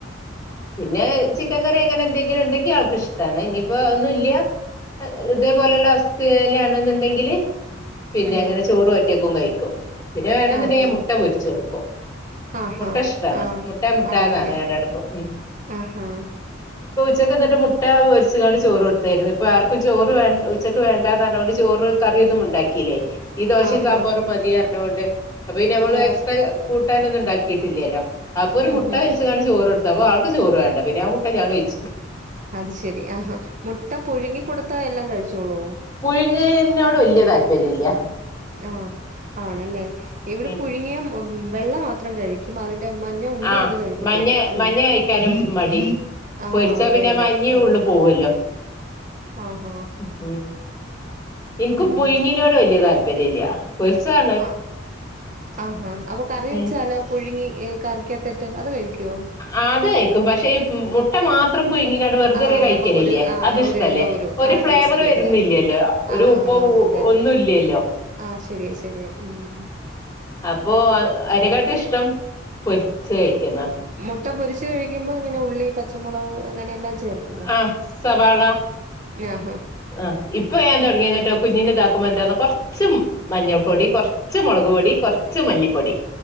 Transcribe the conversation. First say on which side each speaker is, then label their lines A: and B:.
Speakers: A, on the left; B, on the right.
A: പിന്നെ ചിക്കൻ കറി അങ്ങനെ എന്തെങ്കിലും ഉണ്ടെങ്കിൽ ആൾക്ക് ഇഷ്ടാണ് ഇനിയിപ്പോ ഒന്നുല്ല്യ ഏഹ് ഇതേപോലെയുള്ള അവസ്ഥയ്ലാണെന്നുണ്ടെ ങ്കില് പിന്നെ
B: ഉം
A: അങ്ങനെ ചോറ് ഒറ്റക്കും കഴിക്കും പിന്നെ വേണന്നുണ്ടെങ്കി
B: ആഹാ
A: ഞാൻ മുട്ട പൊരിച്ചു കൊടുക്കും
B: ആഹാ
A: മുട്ട ഇഷ്ടാണ്
B: ആ
A: മുട്ട മുട്ടാന്നർഞ്ങ്ങാണ്ട്
B: ആണല്ലേ
A: നടക്കും ഉം
B: ആഹാ
A: ഉച്ചക്കെന്നിട്ട് മുട്ടാപൊരിച്ചിങ്ങാണ്ട് ചോറ് കൊടുത്താരുന്നു ഇപ്പൊ ആർക്കും ചോറ് വേണ്ട ഉച്ചയ്ക്ക് വേണ്ടാന്നർഞ്ഞെ കൊണ്ട് ചോറ് കറിയൊന്നും ഉണ്ടാക്കില്ലേ ഈ ദോശയും
B: ആഹാ
A: സാമ്പാറും മതീർഞ്ഞകൊണ്ട് അപ്പൊ പിന്നമ്മള്
B: ഓ
A: എക്സ്ട്രാ കൂ ട്ടാനൊന്നും ണ്ടാക്കിട്ടില്യാല്ലോ അപ്പൊ ഒരു
B: ഉം
A: മുട്ട
B: ഉം
A: പൊരിച്ച്ങ്ങാണ്ട് ചോറ്ടുത്ത് അപ്പൊ ആൾക്ക് ചോറ് വേണ്ട പിന്നെ ആ മുട്ട ഞാൻ കഴിച്ച്
B: അത് ശെരി ആഹാ മുട്ട പുഴുങ്ങി കൊടുത്ത എല്ലാം കഴിച്ചോളൂവൊ
A: പുഴുങ്ങേന്നോട് വല്യ താല്പര്യല്ല്യാ
B: ആഹ് ആണല്ലേ ഇവിടെ
A: ഉം
B: പുഴുങ്ങിയ മ്മ് മ്മ് വെള്ള മാത്രം കഴിക്കും അതിന്റെ മഞ്ഞ ഉണ്ണി
A: ആഹ്
B: അത് കഴിക്കത്തില്ല
A: മഞ്ഞ
B: ഉം
A: മഞ്ഞ കഴിക്കാനും മടി
B: ആഹ്
A: പൊരിച്ചാ
B: അതെ
A: പിന്നെ
B: അതെ
A: മഞ്ഞ
B: ആഹ്
A: ഉള്ള് പോവല്ലോ
B: ആഹാ
A: ഉം ഇൻക്ക്
B: ഉം
A: പുഴുങ്ങീനോട് വല്യ താല്പര്യല്ല്യാ പൊരിച്ചതാ
B: ആഹ് ആഹാ അപ്പൊ കറി
A: ഉം
B: വെച്ചാലോ പുഴുങ്ങി ഏഹ് കറിക്കാത്ത്ട്ട് അത് കഴിക്ക്വൊ
A: ആഹ് അത് കഴിക്കും പക്ഷേ ഈ മുട്ട മാത്രം പുയ്ങ്ങികാണ്ട് വെറുതൊര്
B: ആഹ്
A: കഴിക്കലില്ലേ
B: നമുക്കൊരു ആഹ്
A: അത് ഇഷ്ടല്ല
B: ഒരു എന്തോ
A: ഒരു
B: ആഹ്
A: ഫ്ലേവറ്
B: ടേസ്റ്റ്
A: വരുന്നില്യാല്ലോ
B: ഇല്ല
A: ഒരു
B: ആഹ്
A: ഉപ്പോ
B: അതെ അതെ
A: ഒന്നും ഇല്യാല്ലോ
B: ആഹ് ശെരിയാ ശെരിയാ ഉം
A: അപ്പോ അഹ് അയ്നെക്കാട്ടും ഇഷ്ടം പൊരിച്ച് കഴിക്ക്ന്നാ
B: മുട്ട പൊരിച്ച് കഴിക്കുമ്പോ ഇങ്ങനെ ഉള്ളി പച്ചമുളവ് അങ്ങനെയെല്ലാം ചേർ ചേർക്കുവോ
A: ആഹ് സവാള
B: ങ്ങ്യാഹാ
A: ആഹ് ഇപ്പൊ ഞാൻ തൊടങ്ങിയതാട്ടോ കുഞ്ഞിനെതാക്കുമ്പോ എന്താന്നോ കൊറച്ചും മഞ്ഞൾപ്പൊടി കൊറച്ച് മൊളക് പൊടി കൊറച്ച് മല്ലിപ്പൊടി